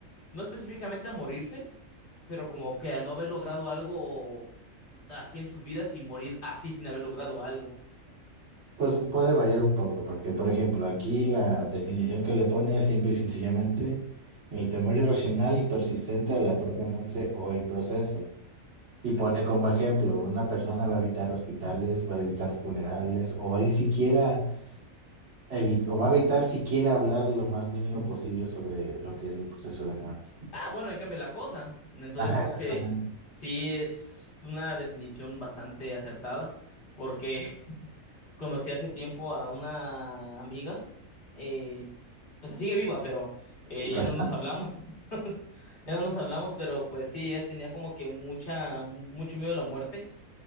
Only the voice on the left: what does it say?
no específicamente a morirse, pero como que a no haber logrado algo así en sus vidas y morir así sin haber logrado algo.
Ah, bueno, ahí cambia la cosa. Entonces
creo
que sí es una definición bastante acertada, porque conocí hace tiempo a una amiga, eh, o sea, sigue viva, pero eh,
ya no nos hablamos, <laughs> ya no nos hablamos, pero pues sí, ella tenía como que mucha, mucho miedo a la muerte,